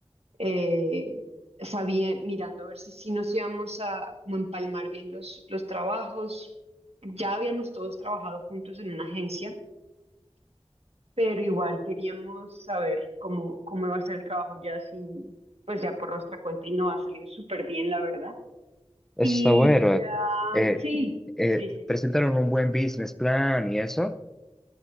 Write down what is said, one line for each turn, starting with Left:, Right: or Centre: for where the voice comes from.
Right: eh, sabía, mirando a ver si, si nos íbamos a como empalmar bien los, los trabajos. Ya habíamos todos trabajado juntos en una agencia, pero igual queríamos saber cómo, cómo iba a ser el trabajo ya sin, pues ya por nuestra cuenta y no ha salido súper bien, la verdad.
Centre: eso
Right: Y
Centre: está bueno.
Right: ya,
Centre: Eh,
Right: sí,
Centre: eh,
Right: sí, sí,
Centre: presentaron un buen business plan y eso.